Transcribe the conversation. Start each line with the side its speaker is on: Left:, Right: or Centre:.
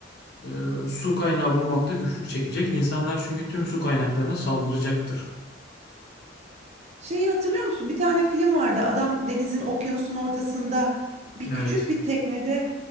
Left: e, su kaynağı bulmakta güçlük çekecek. İnsanlar çünkü tüm su kaynaklarına saldıracaktır.
Right: Şeyi hatırlıyor musun? Bir tane film vardı. Adam denizin okyanusun ortasında bir
Left: Evet.
Right: küçük bir teknede